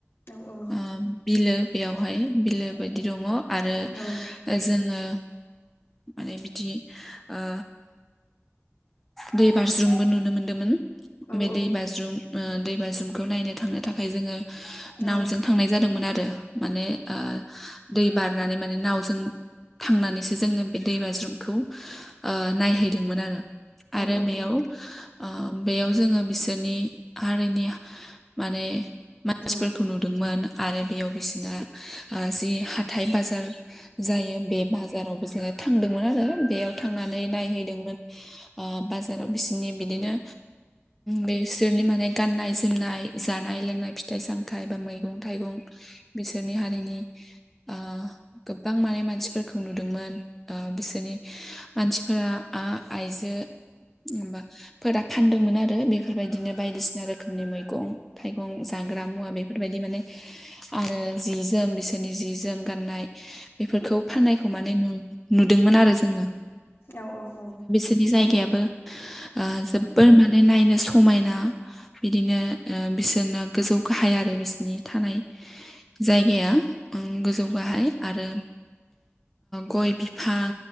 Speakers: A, on the left; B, in the centre.
A: दा औ
B: ओ बिलो बेयावहाय बिलो बायदि दङ आरो
A: औ
B: जोङो माने बिदि ओ दै बाज्रुमबो नुनो मोनदोंमोन।
A: औ
B: बे दै बाज्रुम ओ दैबाज्रुमखौ नायनो थांनो थाखाय जोङो
A: औ
B: नावजों थांनाय जादोंमोन आरो माने‌ ओ दै बारनानै माने नावजों थांनानैसो जोङो बे दै बाज्रुमखौ नायहैदोंमोन आरो।
A: औ
B: आरो
A: औ
B: बेयाव
A: औ
B: ओ बेयाव जोङो बिसोरनि हारिनि माने मानसिफोरखौ
A: बिदिब्ला
B: नुदोंमोन। आरो बेयाव बिसना ओ जि हाथाइ -बाजार जायो बे बाजारावबो। जोंयो थांदोंमोन आरो बेयाव थांनानै नायहैदोंमोन ओ बाजाराव बिसिनि बिदिनो बे बिसोरनि माने गाननाय- जोमनाय जानाय-लोंनाय फिथाइ- सामथाइ बा मैगं -थाइगं बिसोरनि हारिनि ओ गोबां माने मानसिफोरखौ नुदोंमोन। ओ बिसोरनि मानसिफोरा आ -आइजो एबा मानसिफोरा फानदोंमोन आरो बेफोरबायदिनो बायदिसिना रोखोमनि मैगं मैइगं जाग्रा मुवा बेफोरबायदि माने आरो जि- जोम बिसोर जोंनि जि -जोम गान्नाय बेफोरखौ फाननायखौ माने नुदोंमोन आरो जोङो।
A: औ औ औ
B: बि जायगायाबो ओ जोबोर माने नायनो समायना बिदिनो ओ बिसोरना गोजौ गाहाय आरो बिसिनि थानाय जायगाया गोजौ गाहाय आरो गय बिफां